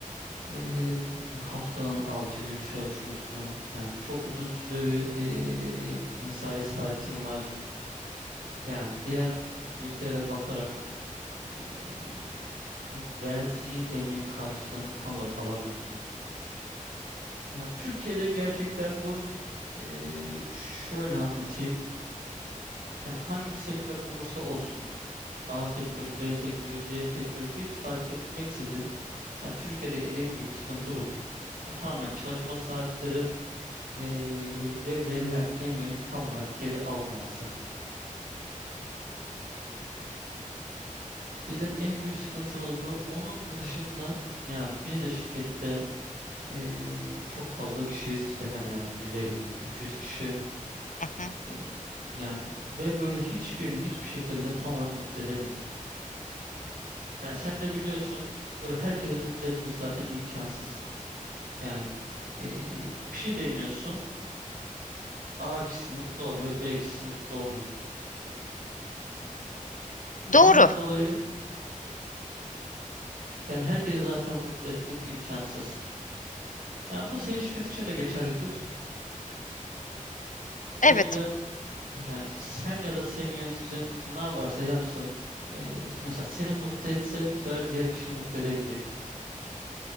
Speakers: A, on the right (about 85°); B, on the left (about 65°).
A: Ee, haftanın 6 gün çalışıyorsun. Yani çok uzun süre bir ee, mesai saatin var. Yani diğer ülkelere bakarak ee, ya verdiğin emeğin karşılığını tam olarak alamıyorsun. Yani Türkiye'de gerçekten bu ee, şöyle anlatayım. Yani hangi sektör olursa olsun. A sektörü, B sektörü, C sektörü hiç fark etmeksizin. Yani Türkiye'deki en büyük sıkıntı bu. Ya tamamen çalışma saatleri Eee, ve verilen emeğin tam olarak geri alınmaması. Bizim en büyük sıkıntımız bu. Onun dışında yani biz de şirkette eee, çok fazla kişiyiz. İşte hemen hemen 150-200 kişi.
B: Hı hı.
A: E, Yani ve böyle hiçbirini hiçbir şekilde tam olarak mutlu edemiyorsun. Yani sen de biliyorsun işte böyle herkesi mutlu etmek zaten imkansız. Yani eee, bir şey deniyorsun. İşte A kişisi mutlu oluyor, B kişisi mutlu olmuyor. Ondan
B: Doğru.
A: dolayı Yani herkesi zaten mutlu etmek imkansız. Yani bu senin şirket için de geçerlidir. O
B: Evet.
A: yüzden yani sen ya da senin yöneticin işte ne yaparsa yapsın. Ee, işte mesela seni mutlu etse bu sefer diğer kişiyi mutlu edemeyecek.